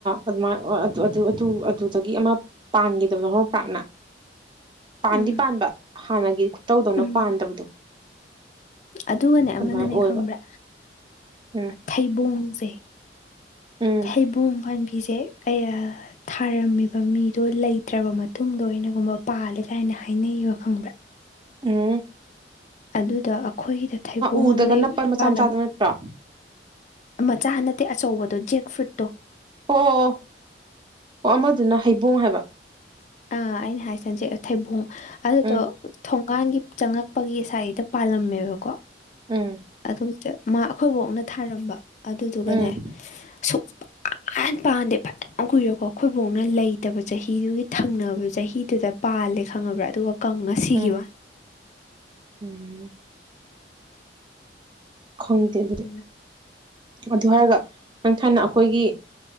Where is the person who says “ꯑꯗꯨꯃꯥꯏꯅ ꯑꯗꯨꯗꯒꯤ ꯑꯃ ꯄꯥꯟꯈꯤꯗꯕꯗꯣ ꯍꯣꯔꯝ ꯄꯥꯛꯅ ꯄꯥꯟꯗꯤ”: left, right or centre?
Right